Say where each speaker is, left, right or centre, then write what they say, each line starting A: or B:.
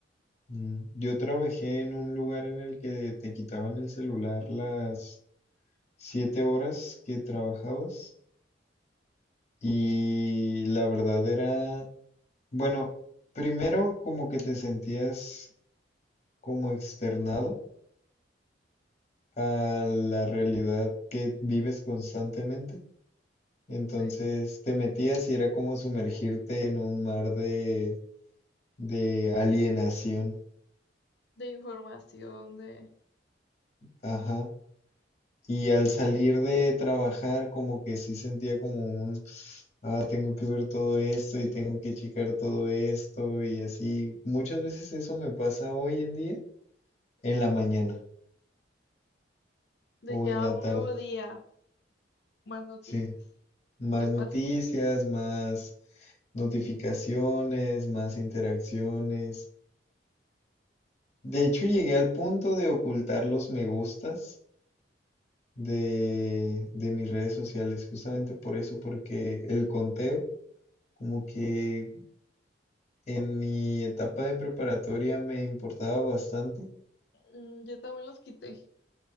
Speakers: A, on the left (about 40°); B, on the left (about 65°).
A: Mm, Yo trabajé en un lugar en el que te quitaban el celular las siete horas que trabajabas y la verdad era Bueno, primero como que te sentías como externado a la realidad que vives constantemente. Entonces
B: Sí,
A: te metías y era como sumergirte en un mar de, de alienación.
B: de información, de,
A: Ajá. Y al salir de trabajar como que sí sentía como un, ah, tengo que ver todo esto y tengo que checar todo esto y así. Muchas veces eso me pasa hoy en día en la mañana
B: de
A: o
B: que
A: en
B: haga
A: la
B: un
A: tarde.
B: nuevo día, más noticias.
A: Sí. Más
B: ¿Qué
A: noticias,
B: pasó?
A: más notificaciones, más interacciones. De hecho,
B: Sí,
A: llegué al punto de ocultar los me gustas de, de mis redes sociales, justamente por eso, porque el conteo, como que en mi etapa de preparatoria me importaba bastante.
B: Mm, yo también los quité,